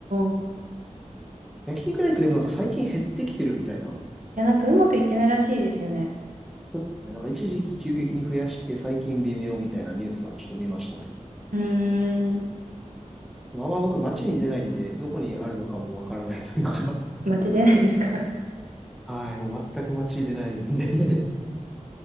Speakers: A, on the right (about 85°); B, in the centre.
A: あ、い
B: 焼肉ライクでもなんか最近減ってきてるみたいな。
A: や、なんかうまくいってないらしいですよね。
B: そうですよね。なんか一時期急激に増やして最近微妙みたいなニュースはちょっと見ましたね。
A: うーん、
B: でもあんま僕街に出ないんで、どこにあるのかもわからないというか。
A: 街出ないですか
B: <laughs> はい。もう全く街に出ないんで。<laughs>